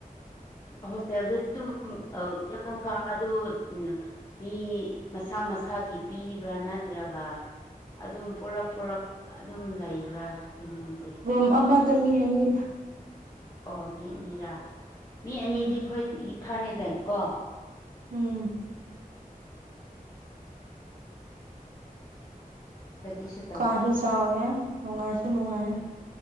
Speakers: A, on the left; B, on the right.
A: ꯍꯣꯁꯇꯦꯜꯗ ꯑꯗꯨꯝ ꯀꯣ ꯀꯗ ꯎ ꯃꯤ ꯃꯁꯥ ꯃꯁꯥꯒꯤ ꯄꯤꯕ꯭ꯔꯥ ꯅꯠꯇ꯭ꯔꯒ ꯑꯗꯨꯝ ꯄꯨꯣꯂꯞ ꯄꯨꯣꯂꯞ ꯑꯗꯨꯝ ꯂꯩꯕ꯭ꯔꯥ ꯑꯗꯨ ꯅ ꯑꯣꯏꯗꯤ
B: ꯔꯨꯝ ꯑꯃꯗ ꯃꯤ ꯑꯅꯤ
A: ꯑꯣ ꯃꯤ ꯑꯅꯤꯔꯥ ꯃꯤ ꯑꯅꯤꯗꯤ
B: ꯎꯝ
A: ꯑꯩꯈꯣꯏꯗꯤ ꯐꯅꯗꯅꯀꯣ
B: ꯎꯝ
A: ꯀꯗꯤꯁꯠ
B: ꯀꯥꯁꯨ ꯆꯥꯎꯋꯦ ꯅꯨꯡꯉꯥꯏꯁꯨ ꯅꯨꯡꯉꯥꯏꯌꯦ